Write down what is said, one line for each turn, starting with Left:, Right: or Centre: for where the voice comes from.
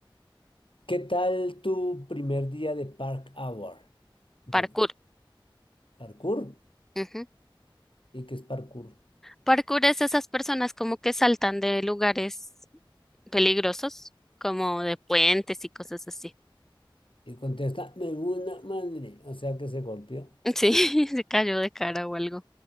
Left: ¿Qué tal tu primer día de Park Hour? ¿De
Centre: parkour.
Left: parkour?
Centre: Ujú.
Left: ¿Y qué es parkour?
Centre: Parkour es esas personas como que saltan de lugares peligrosos, como de puentes y cosas así.
Left: Y contesta, me una madre. O sea que se golpeó.
Centre: Sí, <laughs> se cayó de cara o algo.